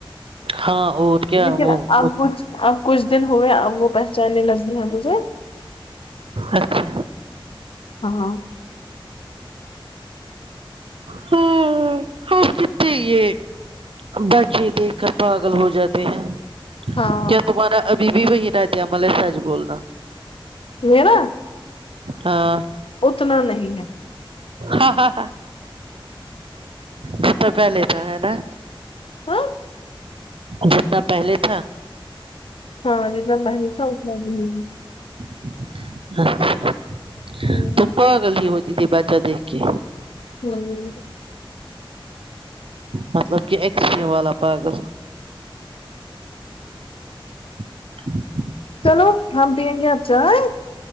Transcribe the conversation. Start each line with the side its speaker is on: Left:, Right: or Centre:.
Right: ہاں اور کیا
Left: لیکن
Right: وہ
Left: اب کچھ اب کچھ دن ہوئے اب وہ پہچانے لگی ہیں مجھے
Right: اچھا
Left: ہاں ہاں
Right: ہاںاں ہاں کتنے یہ بچے دیکھ کر پاگل ہو جاتے ہیں
Left: ہاں
Right: کیا تمہارا ابھی بھی وہی رد عمل ہے سج بولنا
Left: میرا
Right: ہاں
Left: اتنا نہیں ہے
Right: ہا ہا ہا یہ تو پہلے کا ہے نا
Left: ہاں
Right: جتنا پہلے تھا
Left: ہاں <unintelligible>
Right: <unintelligible>
Left: ہوں
Right: گل ہوتی تھی باچہ دیکھ کے
Left: ہمم
Right: مطلب کہ ایکسٹم والا پاگل <inaudible>
Left: چلو ہم پیںنگے آپ چاے